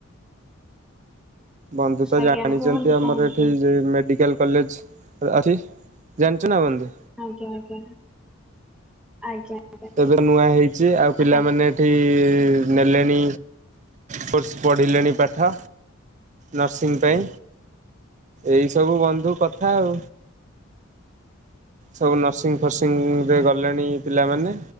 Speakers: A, on the right; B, in the centre.
A: ବନ୍ଧୁ ତ
B: ଆଜ୍ଞା
A: ଜାଣିଛନ୍ତି
B: କୁହନ୍ତୁ
A: ଆମର
B: କୁହନ୍ତୁ
A: ଏଠି ଇ ମେଡିକାଲ। କଲେଜ ଆ ଆରେ ଜାଣିଛ ନା ବନ୍ଧୁ।
B: ଆଜ୍ଞା ଆଜ୍ଞା ଆଜ୍ଞା। ଆଜ୍ଞା।
A: ଏବେ ନୂଆ ହେଇଛି ଆଉ ପିଲାମାନେ
B: ଆଜ୍ଞା
A: ଏଠି ନେଲେଣି କୋର୍ସ ପଢ଼ିଲେଣି ପାଠ ନର୍ସିଂ ପାଇଁ ଏଇସବୁ ବନ୍ଧୁ କଥା ଆଉ ସବୁ ନର୍ସିଂ ଫର୍ସିଂରେ ଗଲେଣି ପିଲାମାନେ।